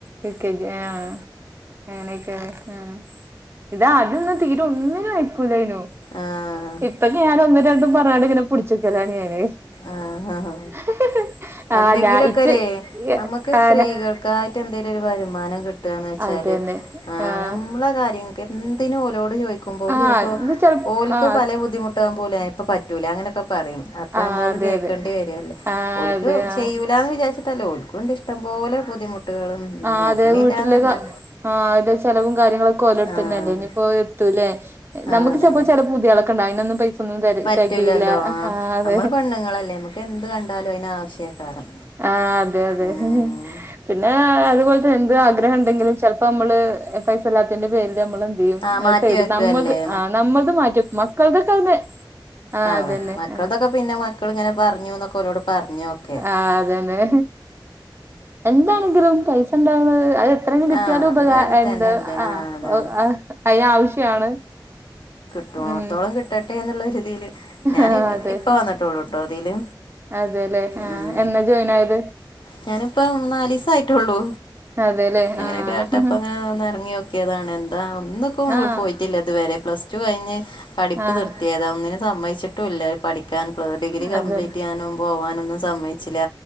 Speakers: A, on the right (about 30°); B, on the left (about 85°).
A: എൽകെജി യേം അങ്ങനെക്കാന്ന് ഇതാ അതന്ന തീര ഒന്നിനും അയക്കൂലേനു
B: ആഹ്
A: ഇപ്പൊ ഞാനൊന്നും രണ്ടും പറഞ്ഞാണ്ട് ഇങ്ങനെ പിടിച്ചിക്കലാണ് ഞാന്
B: ആഹ ആഹ ഹാ
A: <inaudible>
B: എന്തെങ്കിലൊക്കെലരെ
A: ഇച്ച്
B: നമുക്ക് സ്ത്രീകൾക്കായിട്ട്ന്തെങ്കിലും
A: ആന
B: ഒരു വരുമാനം കിട്ട ന്ന് വെച്ചാല്
A: അതന്നെ ആഹ്
B: നമ്മള കാര്യങ്ങ എന്തിനും ഓലോട് ചോദിക്കുബോ ഓല്
A: ആഹ്
B: ചെലപ്പോ
A: ഇത് ചെല
B: ഓലക്ക്
A: ആഹ്
B: പല ബുദ്ധിമുട്ട് ട്ട പോല ഇപ്പ പറ്റൂല അങ്ങനെയൊക്കെ പറയും അപ്പൊ
A: ആഹ്
B: നമ്മളത്
A: അതെ
B: കേൾക്കേണ്ടി
A: അതെ
B: വരുല്ലേ
A: ആഹ് അതെ ആഹ്
B: ചെയ്യൂല എന്ന് വിചാച്ചിട്ടല്ലോ ഓൽക്കൊണ്ട് ഇഷ്ടപോലെ ബുദ്ധിമുട്ടുകളും ഉം,
A: ആ
B: നോക്കണില്ല
A: അതേ വീട്ടില്
B: എന്നല്ല
A: ആ അത ചെലവും കാര്യങ്ങളൊക്കെ ഓലടുത്തന്നെ
B: ആഹ്
A: അല്ലേ ഇനിയിപ്പോ എത്തൂല്ലേ
B: ആഹ്
A: നമുക്ക്
B: അതന്നെ
A: ചിലപ്പോ ചില പുതിയാൾക്കേ ഉണ്ടാവും അതിതൊന്നും പൈസ ഒന്നും ത
B: പറ്റൂലല്ലോ
A: തികയില്ല
B: ആഹ്
A: ആ അത
B: നമ്മള് പെണ്ണുങ്ങളല്ലേ നമുക്ക് എന്ത് കണ്ടാലും അയിന് ആവശ്യക്കാരം
A: ആഹ അതെ അതെ
B: ഉം
A: പിന്നെ അതുപോലത്തെ എന്ത് ആഗ്രഹം ഉണ്ടെങ്കിലും ചിലപ്പോ നമ്മള് പൈസ ഇല്ലാത്തിന്റെ പേരില് നമ്മള് <unintelligible>
B: ആഹ് മാറ്റി വെക്കല്ലേ
A: നമ്മൾത് ആ നമ്മൾത് മാറ്റി വെക്കും മക്കളുടെൊക്കെ അതെ ആഹ്
B: ആ
A: അതന്നെ
B: മക്കൾതൊക്കെ
A: ആഹ്
B: പിന്നെ മക്കള് ഇങ്ങനെ പറഞ്ഞു എന്നൊക്കെരോട് പറഞോക്ക
A: ആ അതന്നെ എന്താണെങ്കിലും പൈസുണ്ടാകുന്നത് അത് എത്ര കിട്ടിയാലും
B: ആഹ് അത്
A: ഉപകാ
B: വേറെ
A: എന്ത്
B: തന്നെല്ലേ
A: ആ <unintelligible>
B: ആഹ് അതാണ്
A: ഉപകാര എന്ത് ആ അ ആവശ്യാണ്
B: കിട്ടണോർത്തോളം
A: ഉം
B: കിട്ടട്ടെ എന്നുള്ളര് തില് ഞാന്
A: ആ അതെ
B: ഇപ്പ വന്നിട്ടോളൂട്ടോ അതില്
A: അതെല്ലേ ആഹ്
B: ഉം
A: എന്നാ ജോയിൻ ആയത്
B: ഞാനിപ്പ നാലിസ ആയിട്ടള്ളൂ
A: അതെല്ലേ
B: അങ്ങനെയൊക്കെ
A: ആഹ്
B: കേട്ടപ്പ അങ്ങനെ ഒന്ന് ഇറങ്ങി നൊക്കിയതാണ് എന്താ ഒന്നക്കും
A: ആഹ്
B: പോയി ഇതുവരെ പ്ലസ് ടു കഴിഞ്ഞ് പഠിപ്പ്
A: ആഹ്
B: നിർത്തിയതാ ഒന്നിനും സമ്മതിച്ചട്ടൂല്ല പഠി കാൻ ഡിഗ്രി കംപ്ലീറ്റ്
A: അതെ
B: ചെയ്യാനും പോവാനൊന്നും സമ്മയിച്ചില്ല